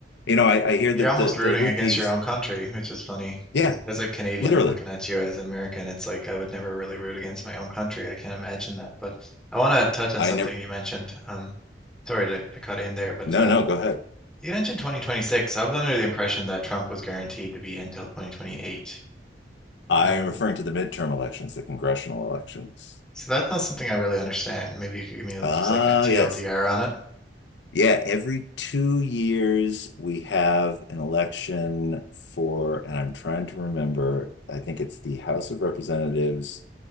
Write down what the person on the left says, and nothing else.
You know, I, I
hear
that
the, the
Houthis,
yeah,
literally.
I
never,
no,
no, go ahead.
I
am referring to the midterm elections, the congressional elections.
Ah,
yes.
Yeah, every two years we have an election for, and I'm trying to remember, I think it's the House of Representatives.